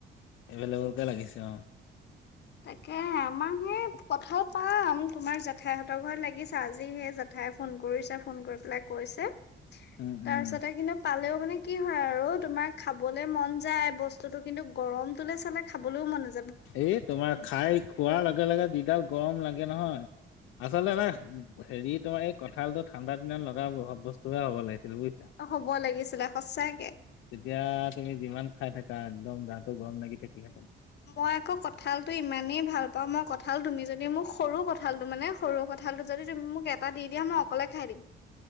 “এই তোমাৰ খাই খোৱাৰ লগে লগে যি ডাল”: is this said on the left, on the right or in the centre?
Left